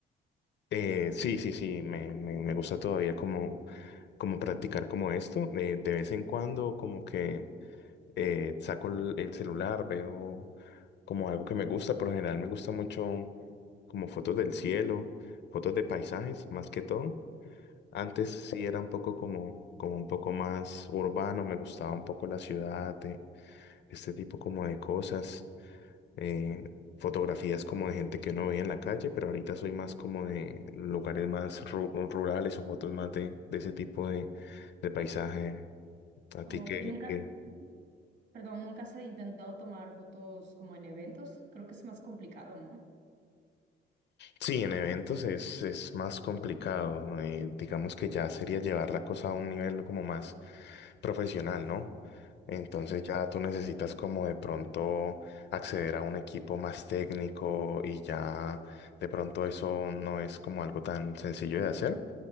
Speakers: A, on the left (about 60°); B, on the right (about 60°).
A: eh, eh, sí, sí, sí, me, me, me gusta todavía como, como practicar como esto. eh, de vez en cuando como que eh, saco el el celular, veo como algo que me gusta. Por lo general me gusta mucho como fotos del cielo, fotos de paisajes, más que todo. Antes sí era un poco como, como un poco más urbano, me gustaba un poco la ciudad, eh, este tipo como de cosas, eh, fotografías como de gente que uno veía en la calle, pero ahorita soy más como de lugares más ru- rurales o fotos más de, de ese tipo de, de paisaje. A ti
B: O-
A: que,
B: y nunca,
A: que
B: perdón, nunca has intentado tomar fotos como en eventos. Creo que es más complicado, ¿no?
A: Sí, en eventos es, es más complicado. eh, digamos que ya sería llevar la cosa a un nivel como más profesional, ¿no? Entonces
B: Sí.
A: ya tú necesitas como de pronto acceder a un equipo más técnico y ya de pronto eso no es como algo tan sencillo de hacer